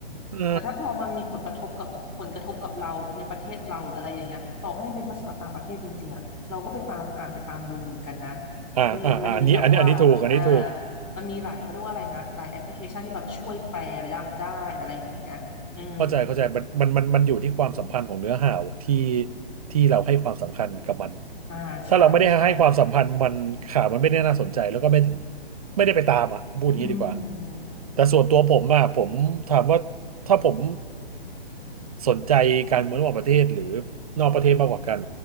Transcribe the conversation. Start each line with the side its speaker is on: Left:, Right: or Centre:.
Right: อ่า
Left: แต่ถ้าพอมันมีผลกระทบกับผลกระทบกับเราในประเทศเราหรืออะไรอย่างเงี้ยต่อให้มันเป็นภาษาต่างประเทศจริงๆอ่ะเราก็ไปตามอ่านไปตามดูเหมือนกันนะ
Right: อ่าอ่าอันนี้อันนี้อันนี้ถูกอันนี้ถูก
Left: มันมันมีแบบว่าอ่ามันมีหลายเขาเรียกว่าอะไรนะหลายแอปพลิเคชันที่แบบช่วยแปลได้ได้อะไรอย่างเงี้ยอืม
Right: เข้าใจเข้าใจมันมันมันมันอยู่ที่ความสัมพันธ์ของเนื้อหาที่ที่เราให้ความสำคัญกับมัน
Left: อ่าใช่ใช่
Right: ถ้าเราไม่ได้ให้ความสัมพันธ์มันข่าวมันไม่ได้น่าสนใจแล้วก็ไม่ถึงไม่ได้ไปตามอ่ะพูดอย่างนี้ดีกว่า
Left: อืม
Right: แต่ส่วนตัวผมอ่ะผมถามว่าถ้าผมสนใจการเมืองระหว่างประเทศหรือนอกประเทศมากกว่ากัน